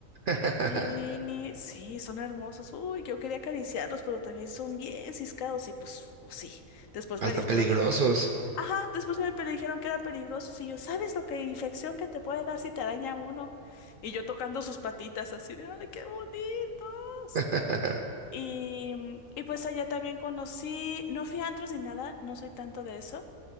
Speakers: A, on the right; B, on the left.
A: <laughs>
B: Y sí, son hermosos. Uy, yo quería acariciarlos, pero también son bien ciscados y pues, pues sí. Después
A: Hasta
B: me dijeron
A: peligrosos.
B: que... Ajá, después me pe- dijeron que era peligroso. Y yo, ¿sabes lo que infección que te puede dar si te araña uno? Y yo tocando sus patitas así de, ¡ay, qué bonitos!
A: <laughs>
B: Y, y pues allá también conocí, no fui a antros ni nada, no soy tanto de eso.